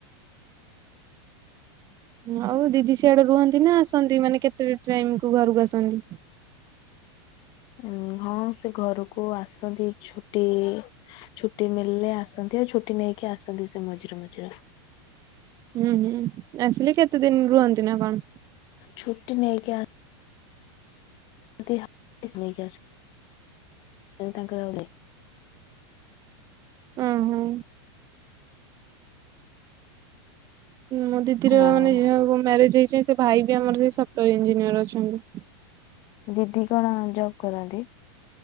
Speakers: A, on the right; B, on the left.
A: ଆଉ ଦିଦି ସିଆଡେ ରୁହନ୍ତି ନା ଆସନ୍ତି ମାନେ କେତେଟା ଟ୍ରାଇମ କୁ ଘରକୁ ଆସନ୍ତି?
B: ଆଉ ହଁ ସେ ଘରକୁ ଆସନ୍ତି ଛୁଟି ଛୁଟି ମିଳିଲେ ଆସନ୍ତି ଆଉ ଛୁଟି ନେଇକି ଆସନ୍ତି ସେ ମଝିରେ ମଝିରେ।
A: ହୁଁ ହୁଁ ଆସିଲେ କେତେ ଦିନ ରୁହନ୍ତି ନା କଣ?
B: ଛୁଟି ନେଇକି ଆ <unintelligible>
A: ଓ ହୋଁ। ମୋ ଦିଦିର
B: ଆଉ
A: ମାନେ ଯାହାକୁ ମ୍ୟାରେଜ ହେଇଚି ସେ ଭାଇ ବି ଆମର ସେ ସଫ୍ଟଓୟାର ଇଞ୍ଜିନିୟର ଅଛନ୍ତି।
B: ଦିଦି କଣ ଜବ କରନ୍ତି?